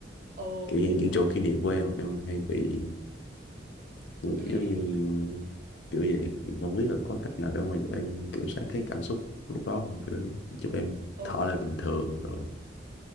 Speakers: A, on the right; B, on the left.
A: ờ
B: kiểu như những
A: ừ
B: chỗ kỷ niệm của em em hay bị giống
A: ừ
B: như kiểu vậy thì không biết là có cách nào để mà giúp em kiểm soát cái cảm xúc lúc đó không kiểu giúp em
A: ờ
B: thở lại bình thường rồi